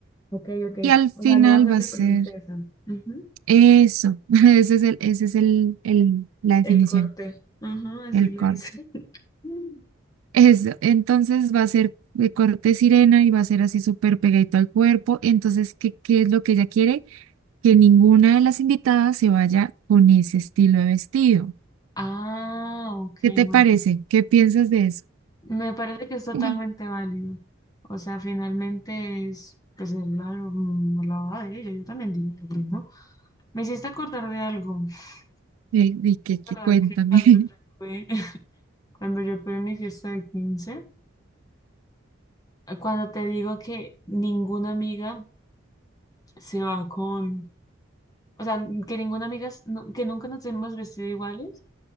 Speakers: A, on the left (about 20°); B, on the right (about 85°).
A: ok, ok.
B: Y al final
A: O sea, no va a ser
B: va
A: de
B: a ser
A: princesa. Ujú.
B: eso, <laughs> ese es el, ese es el, el- la definición,
A: El corte. Ajá, así
B: el
A: le
B: corte.
A: dice. <laughs>
B: Eso, entonces va a ser de corte sirena y va a ser así súper pegadito al cuerpo. Entonces, ¿qué, qué es lo que ella quiere? que ninguna de las invitadas se vaya con ese estilo de vestido.
A: Ah, ok,
B: ¿Qué te
A: bueno.
B: parece? ¿Qué piensas de eso?
A: Me parece que es totalmente
B: <laughs>
A: válido. O sea, finalmente es, pues, es la, mm, la boda de ella. Yo también diría lo mismo. Me hiciste acordar de algo. Me hiciste
B: Eh, ¿Y qué,
A: Acordar
B: qué? Cuéntame.
A: que cuando
B: <laughs>
A: yo tuve, <laughs> cuando yo tuve mi fiesta de 15 cuando te digo que ninguna amiga se va con, o sea, que ninguna amiga, s- no- que nunca nos hemos vestido iguales,